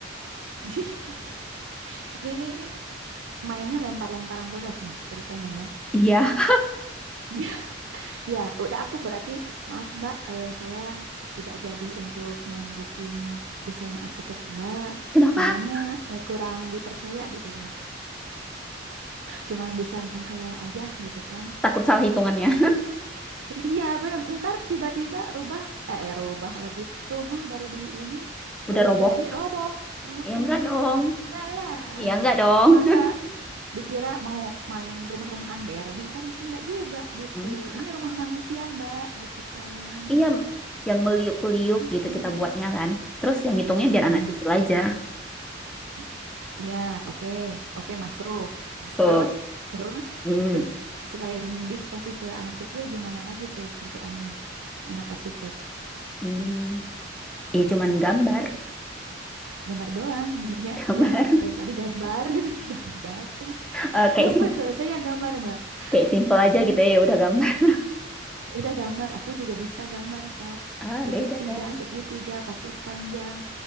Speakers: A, on the right; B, in the centre.
A: <laughs> Nih, nih, nih, mainnya lempar-lemparan tugas nih ceritanya ya.
B: Iya.
A: Iya. Ya, udah aku berarti maaf Mbak, eh, saya tidak jadi untuk membooking desain arsitek Mbak.
B: Kenapa?
A: Kayaknya eh, kurang dipercaya gitu ya. Cuma bisa menghayal aja gitu kan.
B: Takut salah hitungannya.
A: Iya bener, ntar tiba-tiba rubah, eh, eh, rubah lagi. Rumah baru di ini,
B: <laughs> Udah
A: baru
B: roboh.
A: jadi roboh. Heeh.
B: Ya enggak dong.
A: Enggak lah.
B: Ya enggak dong.
A: Masa dikira mau main rumah-rumahan Barbie kan enggak juga gitu.
B: Enggak.
A: Ini rumah manusia Mbak gitu kan.
B: Iya, yang meliuk-liuk gitu
A: Mm.
B: kita buatnya kan. Terus yang hitungnya
A: Heeh.
B: biar anak sipil aja.
A: Nah, Iya, oke. Oke, masuk. Ya,
B: So,
A: terus, terus,
B: hmm,
A: terus selain dikasih ke anak sipil gimana lagi tuh kerjaannya anak arsitek?
B: hmm. Ya cuman gambar,
A: gambar doang ya
B: <laughs> gambar.
A: ya dari tadi gambar <laughs> terus gambar terus
B: Eh, kayak
A: kapan
B: sim
A: selesai ya gambar mbak
B: kayak simple aja
A: <laughs>
B: gitu ya. Ya udah gambar.
A: udah gambar aku juga bisa gambar kak
B: Ah,
A: segitiga
B: beda dong.
A: segitiga pakai panjang